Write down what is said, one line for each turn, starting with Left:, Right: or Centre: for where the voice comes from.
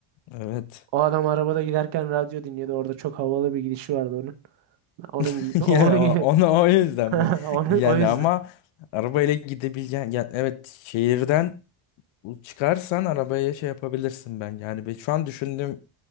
Left: evet.
Right: O adam arabada giderken radyo dinliyordu. Orada çok havalı bir gidişi vardı onun. Onun
Left: <laughs>
Right: gibi. Onun
Left: Ya o-
Right: gibi.
Left: onu o yüzden
Right: <laughs>
Left: mi?
Right: Onu,
Left: Yani
Right: o yüzden.
Left: ama arabayla gidebileceğin yani evet şehirden çıkarsan arabaya şey yapabilirsin ben. Yani ben şu an düşündüğüm